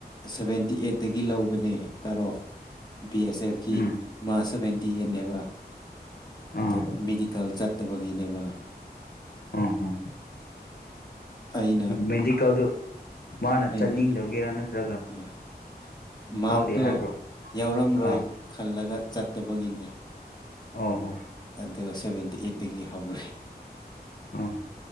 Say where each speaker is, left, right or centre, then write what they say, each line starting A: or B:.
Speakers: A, on the left (about 25°); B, on the left (about 65°).
A: ꯁꯕꯦꯟꯇꯤ ꯑꯦꯠꯇꯒꯤ ꯒꯤ ꯂꯧꯕꯅꯦ ꯀꯔꯣꯐ ꯕꯤ ꯑꯦꯁ ꯑꯦꯐꯀꯤ
B: ꯎꯝ
A: ꯃꯥꯁ ꯁꯚꯦꯟꯇꯤ ꯑꯦꯠꯅꯦꯕ
B: ꯑꯥ
A: ꯑꯗꯣ ꯃꯦꯗꯤꯀꯦꯜ ꯆꯠꯇꯕꯒꯤꯅꯦꯕ
B: ꯑꯥ ꯑꯥ
A: ꯑꯩꯅ
B: ꯃꯦꯗꯤꯀꯦꯜꯗꯨ ꯃꯥꯅ
A: ꯑꯩꯅ
B: ꯆꯠꯅꯤꯡꯗꯕꯒꯤꯔꯥ ꯅꯠꯇ꯭ꯔꯒ
A: ꯑꯥ ꯃꯥꯔꯛꯇꯣ
B: ꯐꯥꯎꯗꯦ ꯍꯥꯏꯕ꯭ꯔꯣ
A: ꯌꯥꯎꯔꯝꯂꯣꯏ
B: ꯑꯥ
A: ꯈꯜꯂꯒ ꯆꯠꯇꯕꯒꯤꯅꯦ
B: ꯑꯣ ꯍꯣ
A: ꯑꯗꯨꯒ ꯁꯚꯦꯟꯇꯤ ꯑꯩꯠꯇꯒꯤ ꯍꯧꯈꯦ
B: ꯑꯣ